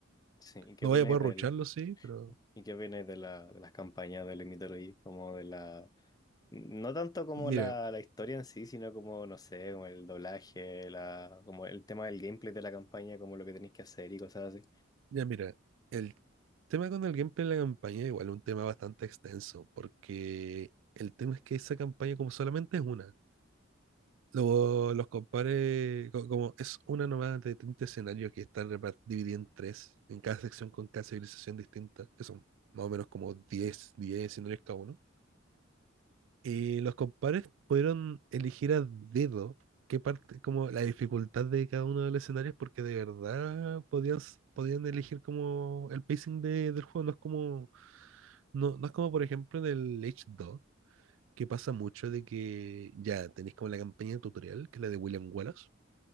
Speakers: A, on the left (about 20°); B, on the right (about 70°).
A: Sí, ¿y qué
B: No
A: opináis
B: vaya a poder
A: del,
B: rucharlo, sí, pero.
A: y qué opináis de la, de las campañas del Mythology? Como de la, no tanto como
B: Mira,
A: la, la historia en sí, sino como, no sé, como el doblaje, la, como el tema del gameplay de la campaña, como lo que tenéis que hacer y cosas así.
B: ya mira. El tema con el gameplay de la campaña, igual es un tema bastante extenso, porque. El tema es que esa campaña como solamente es una. lo- los compare, co- como es una nómada de 30 escenarios que están repar- divididos en tres, en cada sección con cada civilización distinta, que son más o menos como 10 10 escenarios cada uno. Y los compares pudieron elegir a dedo qué parte, como la dificultad de cada uno de los escenarios, porque de verdad podían, s- podían elegir como el pacing de, del juego. No es como, no, no es como por ejemplo en el Age 2 que pasa mucho de que ya tenéis como la campaña tutorial, que es la de William Wallace